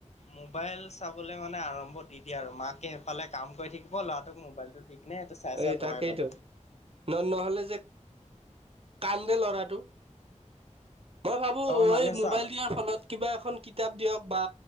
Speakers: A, on the left; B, on the right.
A: মোবাইল চাবলে মানে আৰম্ভ দি দিয়ে আৰু মাকে সেইফালে কাম কৰি থাকিব ল'ৰাটোক মোবাইলতো দি কিনে চাই চাই
B: এই
A: বহাই
B: তাকেইতো
A: থব
B: ন- নহ'লে যে কান্দে লৰাটো। মই ভাবো
A: অ মানে
B: এই মোবাইল
A: চা
B: দিয়াৰ ফলত কিবা এখন কিতাপ দিয়ক বা